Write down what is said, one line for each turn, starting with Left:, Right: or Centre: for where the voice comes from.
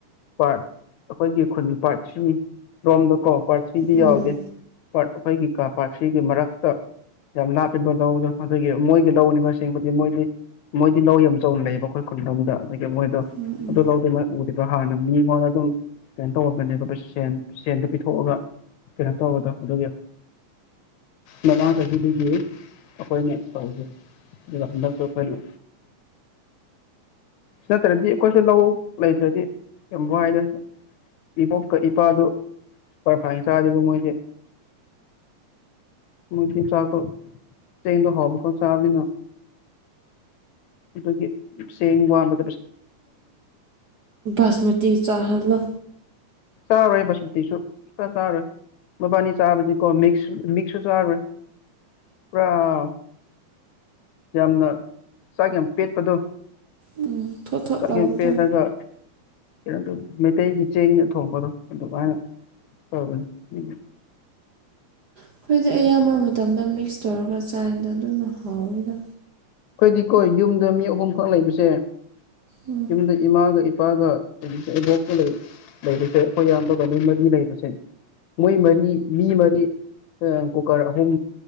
Left: ꯄꯥꯔꯠ ꯑꯩꯈꯣꯏꯒꯤ ꯈꯨꯟ ꯄꯥꯔꯠ ꯊ꯭ꯔꯤꯅꯤ ꯔꯣꯝꯗꯀꯣ ꯄꯥꯔꯠ ꯊ꯭ꯔꯤꯗꯤ
Right: ꯎꯝ
Left: ꯌꯥꯎꯗꯦ ꯄꯥꯠ ꯑꯩꯈꯣꯏꯒꯤ ꯀꯥ ꯄꯥꯠꯁꯤꯒꯤ ꯃꯔꯛꯇ ꯌꯥꯝ ꯂꯥꯂꯤꯕ ꯂꯧꯗꯣ ꯑꯗꯨꯒꯤ ꯃꯣꯏꯒꯤ ꯂꯧꯅꯤꯕ ꯑꯁꯦꯡꯕꯗꯤ ꯃꯣꯏꯗꯤ ꯃꯣꯏꯗꯤ ꯂꯧ ꯌꯥꯝ ꯆꯥꯎꯅ ꯂꯩꯌꯦꯕ ꯑꯩꯈꯣꯏ ꯈꯨꯟꯂꯗ ꯑꯗꯒꯤ ꯃꯣꯏꯗꯣ
Right: ꯎꯝ
Left: ꯑꯗꯨ ꯂꯧꯗ ꯃ ꯎꯗꯦ ꯑꯗꯣ ꯍꯥꯟꯅ ꯃꯤꯉꯣꯟꯗ ꯑꯗꯨꯝ ꯁꯄꯦꯟ ꯇꯧꯍꯄꯅꯦꯕ ꯁꯦꯟ ꯁꯦꯟꯗ ꯄꯤꯊꯣꯛꯑꯒ ꯀꯩꯅ ꯇꯒꯗꯣ ꯑꯗꯨꯒꯤ ꯃꯃꯥꯡ ꯆꯍꯤꯗꯒꯤ ꯑꯩꯈꯣꯏꯅ ꯇꯧꯖꯩ ꯍꯟꯗꯛ ꯍꯂꯣ ꯅꯠꯇ꯭ꯔꯗꯤ ꯑꯩꯈꯣꯏꯁꯨ ꯂꯧ ꯂꯩꯇ꯭ꯔꯗꯤ ꯌꯥꯝ ꯋꯥꯏꯗꯅ ꯏꯕꯣꯛꯀ ꯏꯄꯥꯗꯨ ꯄꯔꯐꯥꯏꯅ ꯆꯥꯗꯦꯕ ꯃꯣꯏꯗꯤ ꯃꯗꯤ ꯆꯀ ꯆꯗ ꯍꯣꯕꯀ ꯆꯥꯕꯂꯤꯅꯣ ꯑꯗꯨ ꯁꯦꯡ ꯋꯥꯁ
Right: ꯥꯁꯃꯇꯤ ꯆꯍꯂꯨ
Left: ꯆꯥꯔꯣꯏꯁꯇꯤꯁꯨ ꯆ ꯆꯥꯔꯣꯏ ꯃꯕꯥꯅꯤ ꯆꯥꯕꯗꯤꯀꯣ ꯃꯤꯛꯁ ꯃꯤꯛꯁꯁꯨ ꯆꯥꯔꯨꯔꯣꯏ ꯄꯨꯔꯥ ꯌꯥꯝꯅ ꯆꯥꯛ ꯌꯥꯝ ꯄꯦꯠꯄꯗꯣ
Right: ꯎꯝ ꯊꯣꯠ ꯊꯣꯠ
Left: ꯆꯥꯛ
Right: ꯂꯥꯎꯕꯗꯣ
Left: ꯌꯦ ꯌꯥꯝ ꯄꯦꯠꯂꯒ ꯀꯩꯅꯣ ꯃꯩꯇꯩꯒꯤ ꯆꯦꯡꯅ ꯊꯣꯡꯕꯗꯣ ꯑꯗꯨꯃꯥꯏꯅ ꯇꯧꯕꯅꯤ
Right: ꯑꯩꯈꯣꯏꯗꯤ
Left: ꯑꯩꯈꯣꯏꯗꯤꯀꯣ
Right: ꯑꯌꯥꯝꯕ ꯃꯇꯝꯗ ꯃꯤꯛꯁ ꯇꯧꯔꯒ ꯆꯥꯏꯗ ꯑꯗꯨꯅ ꯍꯥꯎꯋꯤꯗ
Left: ꯑꯩꯈꯣꯏꯗꯤꯀꯣ ꯌꯨꯝꯗ ꯃꯤ ꯑꯍꯨꯝꯈꯛ ꯂꯩꯕꯁꯦ
Right: ꯎꯝ
Left: ꯌꯨꯝꯗ ꯏꯃꯥꯒ ꯏꯄꯥꯒ ꯀꯦ ꯏꯕꯣꯛꯀ ꯂꯩꯕꯁꯦ ꯑꯩꯈꯣꯏ ꯑꯌꯥꯝꯕꯒ ꯃꯣꯏ ꯃꯔꯤ ꯂꯩꯕꯁꯦ ꯃꯣꯏ ꯃꯔꯤ ꯃꯤ ꯃꯔꯤ ꯀꯨꯀꯔ ꯑꯍꯨꯝ